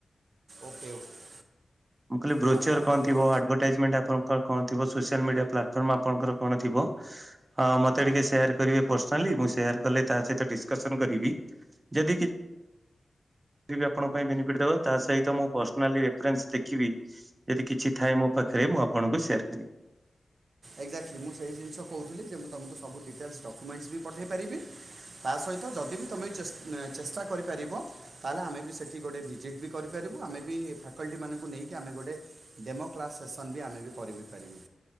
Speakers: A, on the right; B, on the right.
A: ଓକେ ଓକେ।
B: ମୁଁ କହଲି ବ୍ରୋଚର
A: ହଁ
B: କଣ
A: କହୁଥିଲ
B: ଥିବ ଆ ଆଡଭାଟାଇଜମେଣ୍ଟ୍ ଆପଣର କଣ ଥିବ ସୋସିଆଲ ମିଡିଆ ପ୍ଲାଟଫର୍ ଆପଣଙ୍କର କଣ ଥିବ। ହଁ ମୋତେ ଟିକେ ସେୟାର କରିବେ ପର୍ସନାଲି ମୁଁ ସେୟାର୍ କଲେ ତା ସହିତ ଡିସକସନ୍ କରିବି। ଯଦି କି ଯଦି ବି ଆପଣଙ୍କ ପାଇଁ ବେନିଫିଟ୍ ଦେବ ତାହା ସହିତ ମୁଁ ପର୍ସନା ରେଫରେନ୍ସ ଦେଖିବି। ଯଦି କିଛି ଥାଏ ମୋ ପାଖରେ ମୁଁ ଆପଣଙ୍କୁ ସେୟାର କରିବି।
A: ଏକ୍ଜାକ୍ଟଲି ମୁଁ ସେ ଜିନିଷ କହୁଥିଲି ଯେ ମୁଁ ତମକୁ ସବୁ ଡିଟେଲ୍ ଡକ୍ୟୁମେଣ୍ଟସ୍ ବି ପଠାଇ ପାରିବି। ତା ସହିତ ଯଦି ବି ତମେ ଚେ-ଚେଷ୍ଟା କରିପାରିବ। ତାହେଲେ ଆମେ ବି ସେଠି ଗୋଟେ ଭିଜିଟ୍ ବି କରିପାରିବୁ ଆମେ ବି ଫାକଲ୍ଟି ମାନଙ୍କୁ ନେଇକି ଆମେ ଗୋଟେ ଡେମୋ କ୍ଲାସ୍ ସେସନ୍ ବି ଆମେ ବି କରିିବ ବି ପାରିବୁ।